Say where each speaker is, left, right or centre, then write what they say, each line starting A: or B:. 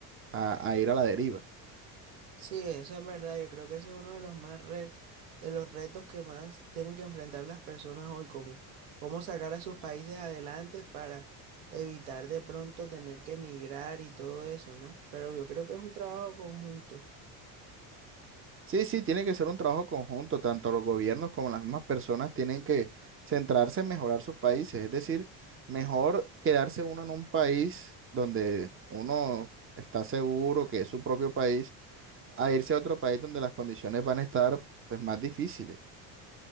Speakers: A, on the right (about 30°); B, on the right (about 80°).
A: a a ir a la deriva.
B: Sí, eso es verdad. Yo creo que ese es uno de los más re- de los retos que más tienen que enfrentar las personas hoy, como cómo sacar a sus países adelante para evitar de pronto tener que emigrar y todo eso, ¿no? Pero yo creo que es un trabajo conjunto.
A: Sí, sí, tiene que ser un trabajo conjunto, tanto los gobiernos como las mismas personas tienen que centrarse en mejorar sus países, es decir, mejor quedarse uno en un país donde uno está seguro que es su propio país, a irse a otro país donde las condiciones van a estar pues más difíciles.